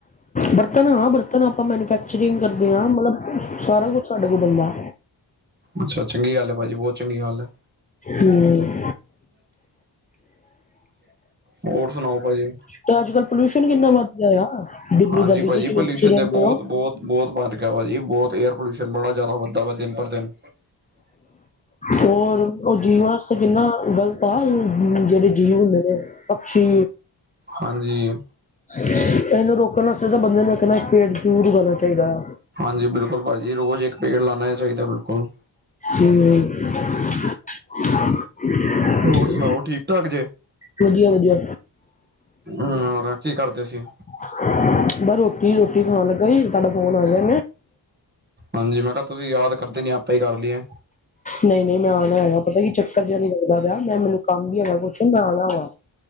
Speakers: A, on the left; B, on the right.
A: ਬਰਤਨ ਹਾਂ ਬਰਤਨ ਆਪਾਂ ਮੈਨਫੈਕਚਰਿੰਗ ਕਰਦੇ ਹਾਂ ਮਤਲਬ ਸਾਰਾ ਕੁਛ ਸਾਡੇ ਕੋਲ ਬੰਦਾ।
B: ਅੱਛਾ ਚੰਗੀ ਗੱਲ ਹੈ ਭਾਜੀ ਬਹੁਤ ਚੰਗੀ ਗੱਲ ਹੈ।
A: ਹੂੰ।
B: ਹੋਰ ਸੁਣਾਓ ਭਾਜੀ?
A: ਤੇ ਅੱਜ ਕੱਲ ਪੋਲਿਊਸ਼ਨ ਕਿੰਨਾ ਵੱਧ ਗਿਆ ਆ ਦਿਲੀ-ਦਾਲੀ
B: ਹਾਂਜੀ ਭਾਜੀ
A: ਚ ਜਿੱਥੇ
B: ਪੋਲਿਊਸ਼ਨ
A: ਤੁਸੀਂ ਰਹਿੰਦੇ
B: ਤੇ ਬਹੁਤ
A: ਹੋ।
B: ਬਹੁਤ ਬਹੁਤ ਵਧ ਗਿਆ ਭਾਜੀ ਬਹੁਤ ਏਅਰ ਪੋਲਿਊਸ਼ਨ ਬੜਾ ਜ਼ਿਆਦਾ ਵੱਧਦਾ ਵਾ ਦਿਨ ਪਰ ਦਿਨ।
A: ਹੋਰ ਉਹ ਜੀਵਾਂ ਵਾਸਤੇ ਕਿੰਨਾ ਗ਼ਲਤ ਤਾਂ ਜਿਹੜੇ ਜੀਵ ਹੁੰਦੇ ਨੇ ਪਕਸ਼ੀ।
B: ਹਾਂਜੀ
A: ਇਹਨੂੰ ਰੋਕਣ ਵਾਸਤੇ ਤਾਂ ਬੰਦੇ ਨੂੰ ਇੱਕ ਨਾ ਇਕ ਪੇੜ-ਪੂੜ ਲਗਾਣਾ ਚਾਹੀਦਾ ਆ।
B: ਹਾਂਜੀ ਬਿਲਕੁਲ ਭਾਜੀੀ ਰੋਜ਼ ਇੱਕ ਪੇੜ ਲਾਉਣਾ ਹੀ ਚਾਹੀਦਾ ਬਿਲਕੁਲ।
A: ਹਮ <unintelligible>
B: ਹੋਰ ਸੁਣਾਓ ਠੀਕ ਠਾਕ
A: ਵਧੀਆ, ਵਧੀਆ।
B: ਹਮ ਰਚੀ ਕਰਦੇ ਸੀ।
A: ਬਸ ਰੋਟੀ ਰੂਟੀ ਖਾਣ ਲੱਗਾ ਸੀ ਕੱਲ ਫੋਨ ਆ ਗਿਆ।
B: ਹਾਂਜੀ ਮੈਂ ਕਿਹਾ ਤੁਸੀਂ ਯਾਦ ਕਰਦੇ ਨੀ ਆਪੇ ਹੀ ਕਰ ਲਈਏ।
A: ਨਹੀਂ ਨਹੀਂ ਮੈਂ ਆਉਣਾ ਹੈਗਾ ਪਤਾ ਕੀ ਚੱਕਰ ਜਿਹਾ ਨੀ ਲੱਗਦਾ ਪਿਆ ਮੈਂ ਮੈਨੂੰ ਕੰਮ ਵੀ ਹੈਗਾ ਕੁਛ ਮੈਂ ਆਉਣਾ ਵਾਂ।